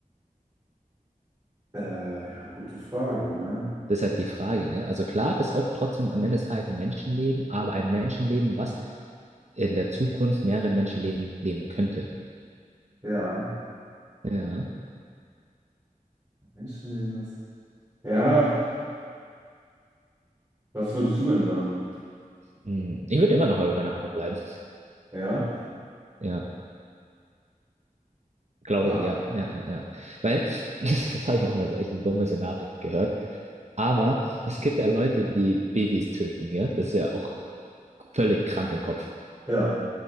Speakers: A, on the right (about 25°); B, on the right (about 50°).
A: äh, ja, gute Frage, ne?
B: Das ist halt die Frage, ne? Also klar, das ist auch trotzdem am Ende des Tages ein Menschenleben, aber ein Menschenleben, was in der Zukunft mehrere Menschenleben nehmen könnte.
A: Ja,
B: Ja.
A: Menschenleben das. Ja, was würdest du denn sagen?
B: Hm, Ich würde immer noch bei meiner Antwort bleiben.
A: Ja?
B: Ja, glaube
A: Ha,
B: ich, ja. Ja, ja, ja. Weil, <laughs> das habe ich auch mal so echt ein dummes Szenario gehört. Aber es gibt ja Leute, die Babys töten, ja? Das ist ja auch völlig krank im Kopf.
A: ja.